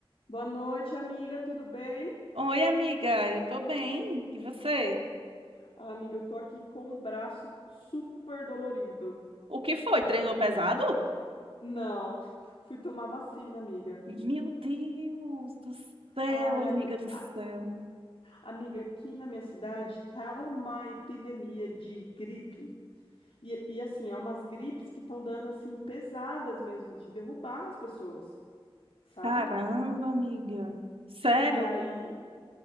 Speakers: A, on the left (about 70°); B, on the right (about 75°).
A: Boa noite, amiga, tudo bem?
B: Oi, amiga, eu tô bem. E você?
A: Ah, amiga, eu tô aqui com o braço super dolorido.
B: O que foi? Treinou pesado?
A: Não, <laughs> fui tomar vacina, amiga.
B: Meu Deus do céu,
A: Ai,
B: amiga
A: ami-
B: do céu.
A: a- amiga, aqui na minha cidade tá uma epidemia de gripe. E, e assim, é umas gripes que estão dando assim pesadas mesmo, de derrubar as pessoas, sabe?
B: Caramba, amiga. Sério?
A: E aí